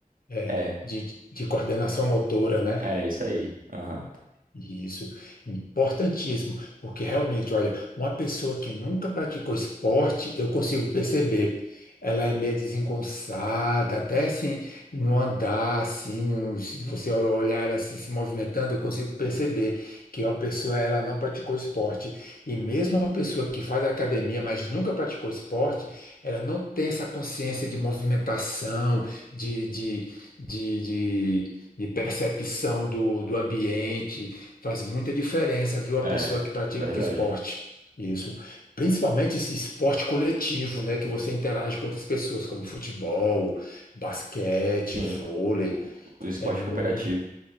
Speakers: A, on the left (about 85°); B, on the right (about 75°).
A: é,
B: é,
A: de, de coordenação motora, né?
B: é isso aí. Aham.
A: Isso, importantíssimo, porque realmente, olha, uma pessoa que nunca praticou esporte, eu consigo perceber, ela é meio desengonçada, até assim, no andar, assim, no- se você olhar ela assim, se movimentando, eu consigo perceber que uma pessoa, ela não praticou esporte. E mesmo uma pessoa que faz academia, mas nunca praticou esporte, ela não tem essa consciência de movimentação, de, de, de de- de percepção do, do ambiente. Faz muita diferença, viu, a
B: É,
A: pessoa que pratica
B: verdade.
A: esporte. Isso. Principalmente esse esporte coletivo, né, que você interage com outras pessoas, como futebol, basquete,
B: Cinco.
A: vôlei,
B: O, o esporte
A: é muito
B: cooperativo.